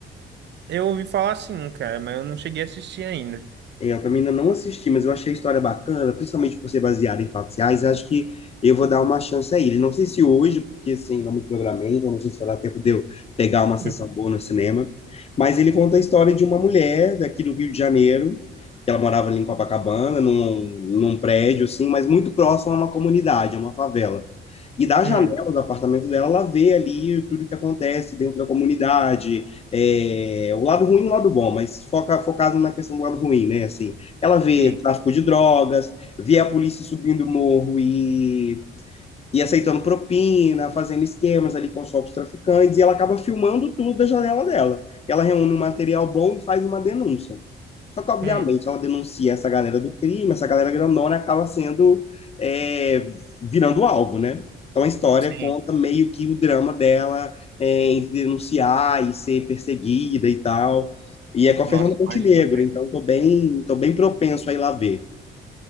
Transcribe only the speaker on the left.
É, eu também ainda não assisti, mas eu achei a história bacana, principalmente por ser baseada em fatos reais, acho que eu vou dar uma chance a ele. Não sei se hoje, porque assim, não me programei, então não sei se vai dar tempo de eu pegar uma sessão
boa no cinema, mas ele conta a história de uma mulher daqui do Rio de Janeiro, que ela morava ali em Copacabana, num, num prédio, assim, mas muito próximo a uma comunidade, a uma favela. E da
janela do apartamento dela, ela vê ali tudo que acontece dentro da comunidade, é, o lado ruim e o lado bom, mas foca, focado na questão do lado ruim, né? Assim, ela vê
tráfico de drogas, vê a polícia subindo o morro e, e aceitando propina, fazendo esquemas ali com os próprios traficantes, e ela acaba filmando tudo da janela dela. Ela reúne um material bom e faz uma denúncia. Só que, obviamente,
ela denuncia essa galera do crime, essa galera grandona acaba sendo, é, virando um alvo, né? Então, a história
conta meio que o drama dela é, em denunciar e ser perseguida e tal. E é com a
Fernanda Montenegro,
então tô bem, tô bem propenso a ir lá ver.